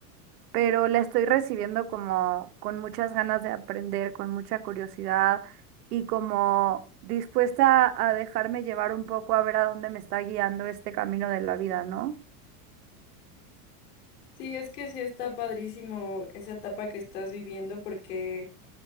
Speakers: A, on the right (about 80°); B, on the left (about 85°).
A: pero la estoy recibiendo como con muchas ganas de aprender, con mucha curiosidad y como dispuesta a dejarme llevar un poco a ver a dónde me está guiando este camino de la vida, ¿no?
B: Sí, es que sí está padrísimo esa etapa que estás viviendo porque